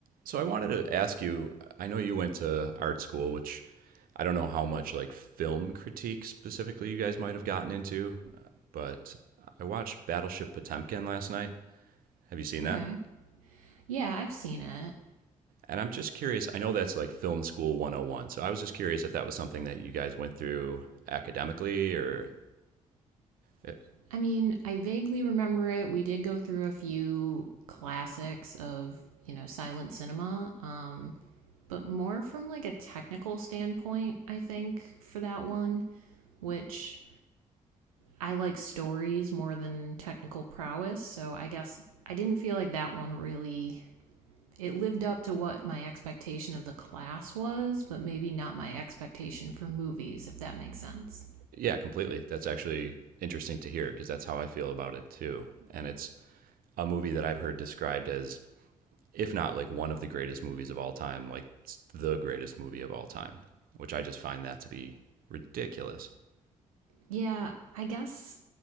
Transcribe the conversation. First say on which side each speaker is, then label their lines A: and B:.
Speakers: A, on the right; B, on the right.
A: So I wanted to ask you, I know you went to art school, which I don't know how much like film critique specifically you guys might have gotten into, but I watched Battleship Potemkin last night. Have you seen that?
B: Okay. Yeah, I've seen it.
A: And I'm just curious, I know that's like film school 101. So I was just curious if that was something that you guys went through academically or eh,
B: I mean, I vaguely remember it. We did go through a few classics of, you know, silent cinema, um, but more from like a technical standpoint, I think, for that one, which I like stories more than technical prowess. So I guess I didn't feel like that one really. It lived up to what my expectation of the class was, but maybe not my expectation for movies, if that makes sense.
A: yeah, completely. That's actually interesting to hear because that's how I feel about it too. And it's a movie that I've heard described as if not like one of the greatest movies of all time, like the greatest movie of all time, which I just find that to be ridiculous.
B: Yeah, I guess